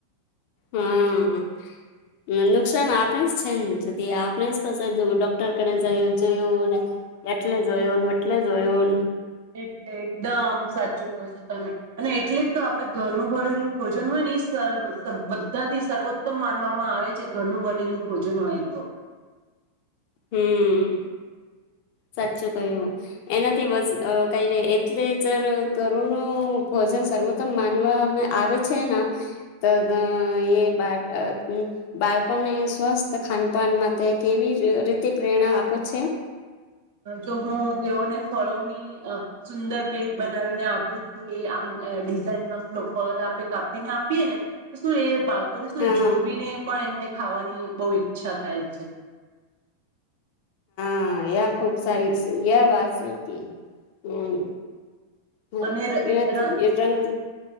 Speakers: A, on the left; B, on the right.
A: હા નુકસાન આપણે જ છે નેધ આપણે જ પ ડોક્ટર કને જોયુંને એટલે જોયો એટલે જોયો
B: એટલે એકદમ સાચું ો તમે અને એટલે જ તો આપડે ઘરનું ભરેલું ભોજન હોય ને બધા થી સર્વોત્તમ માનવામાં આવે છે ઘરનું બનેલું ભોજન હોય તો
A: હમ સાચું કય્યું એનાથી કઈ ર એટલે જ ગરુનું ભોજન સર્વોત્તમ માનવા આવે છે ત એ બા બાળકોને સ્વસ્થ ખાનપાન માટે કેવી રી પ્રેરણા આપો છે
B: જો હું તેઓને ફળોની સુંદર પ્લેટ બનાવીને આપું છું એ આમ ડિઝાઇનમાં ફળ આપે કાપીને આપીએ ને તો શું એ બા ને શું
A: હા
B: જોવીને પણ એમને ખાવાની બહુ ઈચ્છા થાય છે
A: હા એ ખુબ સારી એ વાત છે કે હમ હમ
B: અને ર
A: એ
B: ર
A: એટંગ